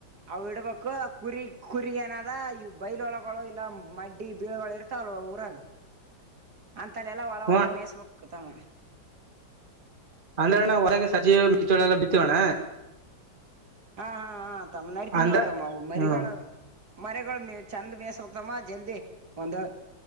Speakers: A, on the right (about 55°); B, on the right (about 25°).
A: ಅವಡ ಪಕ್ಕ. ಕುರಿ ಕುರಿಗ ಏನದ ಈ ಬೈಲ ಒಳಗಳು ಇಲ್ಲ ಮಡ್ಡಿ ಬೀಳಗಳು ಇರ್ತಾವಲ್ವ ಊರಾಗ. ಅಂತಲೆೆಲ್ಲ ಒಲ
B: ಹ್ಮ
A: ಹೊಲ ಮೇಸಬೇಕು. ಕತಾಮ.
B: ಅಂದ್ರಣಾ ಹೊರಗೆ ಸಜೀವ ಕಿಚ್ಚೋಳೆಲ್ಲ ಬಿತ್ತವಣ್ಣ.
A: ಹಾ ಹಾ ಹಾ ತಮಿಳ್ನಾಡ ತಿಿಂದ
B: ಅಂದ್ರ
A: ನೋಡ್ತಮ್ಮವು ಮರಿಗಳು
B: ಹ್ಮ
A: ಮರಿಗಳು ಮೇ. ಚೆಂದ ಮೇಸ ಹೋಗ್ತಾಮ ಜಲ್ದಿ ಒಂದು.